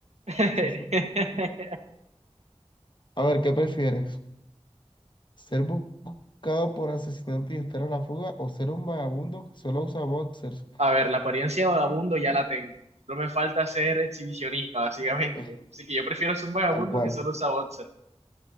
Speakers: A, on the right (about 75°); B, on the left (about 45°).
A: <laughs>
B: eso es un- A ver, ¿qué prefieres? ¿Ser buscado por asesinato y estar a la fuga o ser un vagabundo que solo usa boxers?
A: A ver, la apariencia de vagabundo ya la tengo. Solo me falta ser exhibicionista, básicamente.
B: Eh,
A: Así que yo prefiero ser un vagabundo
B: Tal cual.
A: que solo usa boxer.